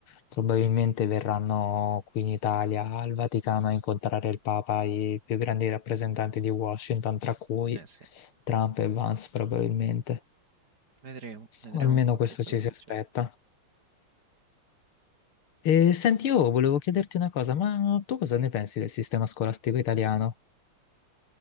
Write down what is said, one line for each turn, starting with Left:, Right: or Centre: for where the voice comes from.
Left: probabilmente verranno qui in Italia, al Vaticano, a incontrare il Papa, i più grandi rappresentanti di Washington, tra cui
Right: Eh sì.
Left: Trump e Vance probabilmente.
Right: Vedremo, vedremo
Left: O Almeno
Right: un po'
Left: questo
Right: che cosa
Left: ci si
Right: succede.
Left: aspetta. E senti, io volevo chiederti una cosa, ma tu cosa ne pensi del sistema scolastico italiano?